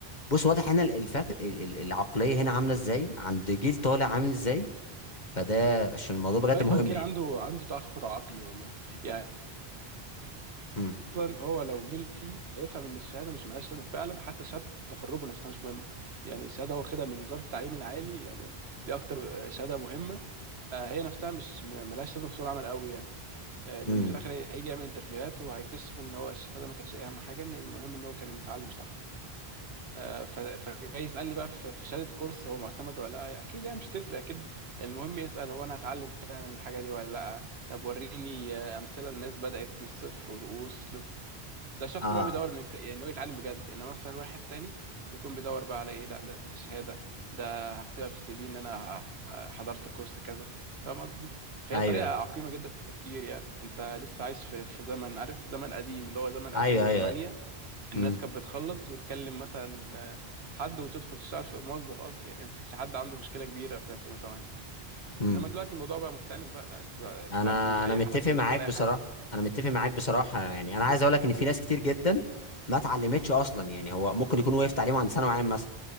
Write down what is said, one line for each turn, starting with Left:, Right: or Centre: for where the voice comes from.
Left: بص واضح هنا الفك... ال- ال- العقليه هنا عامله ازاي عند جيل طالع عامل ازاي فده عشان الموضوع بجد
Right: خد بالك
Left: مهم
Right: هو جيل
Left: يعني
Right: عنده عنده تاخر عقلي والله يعني
Left: امم
Right: اصلا هو لو جيل فيه هيفهم ان الشهاده مش ملهاش لازمه فعلا حتى شهاده تخرجه نفسها مش مهم يعني الشهاده هو خدها من وزاره التعليم العالي يعني دي اكتر آه، شهاده مهمه آه، هي نفسها مش م- ملهاش لازمه في سوق العمل قوي يعني آه، لان
Left: امم
Right: في الاخر هي- هيجي يعمل انترفيوهات وهيكتشف ان هو الشهاده ما كانتش اهم حاجه ان المهم ان هو كان متعلم صح آه، ف- فجاي يسألني بقى في في شهادة كورس هو معتمد ولا لا أكيد يعني مش تفرق أكيد المهم يسأل هو أنا هتعلم فعلا الحاجة دي ولا لا طب وريني آه، أمثلة للناس بدأت من الصفر و- ووصلت ده شخص
Left: اه
Right: بقى بيدور إنه يكت... يعني إنه يتعلم بجد إنما مثلا واحد تاني بيكون بيدور بقى على إيه لا ده شهادة ده هكتبها في السي في إن أنا ه- حضرت كورس كذا فاهم قصدي؟ فهي
Left: ايوه
Right: طريقة عقيمة جدا في التفكير يعني أنت لسه عايش في في زمن عارف زمن قديم اللي هو زمن 2008
Left: ايوه ايوه
Right: الناس
Left: امم
Right: كانت بتخلص وتكلم مثلا آه، حد وتدخل تشتغل في موظف اصلا يعني ما كانش حد عنده مشكله كبيره في 2008
Left: امم
Right: انما دلوقتي الموضوع بقى مختلف بقى لا، انت
Left: انا
Right: دلوقتي
Left: انا
Right: اي
Left: متفق
Right: حد بيشتغل
Left: معاك
Right: اي
Left: بصراحه
Right: حاجه
Left: انا متفق معاك بصراحه يعني انا عايز اقول لك ان في ناس كتير جدا ما اتعلمتش اصلا يعني هو ممكن يكون وقف تعليمه عند ثانوي عام مثلا